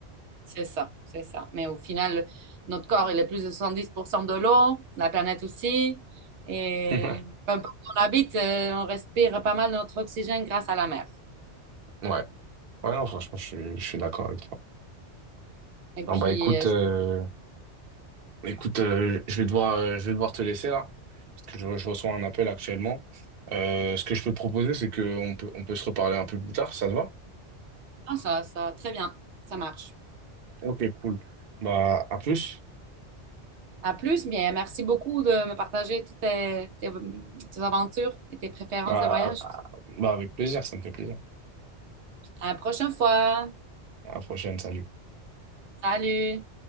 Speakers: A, on the right; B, on the right.
A: C'est ça, c'est ça. Mais au final, notre corps, il est plus de 70% de l'eau, la planète aussi, et
B: <laughs>
A: peu importe où on habite, euh, on respire pas mal de notre oxygène grâce à la mer.
B: Ouais. Ouais, non, franchement, je suis, je suis d'accord avec toi.
A: Et
B: Bon,
A: puis,
B: bah, écoute,
A: euh,
B: euh,
A: je...
B: écoute, euh, je vais devoir, euh, je vais devoir te laisser là, parce que je, je reçois un appel actuellement. Euh, ce que je peux te proposer, c'est qu'on peut, on peut se reparler un peu plus tard, ça te va?
A: ah, ça, ça, très bien, ça marche.
B: Ok, cool. Bah, à plus.
A: À plus, bien, merci beaucoup de me partager toutes tes, tes tes aventures et tes préférences
B: Bah,
A: de voyage.
B: à- à- bah, avec plaisir, ça me fait plaisir.
A: À la prochaine fois.
B: À la prochaine, salut.
A: Salut!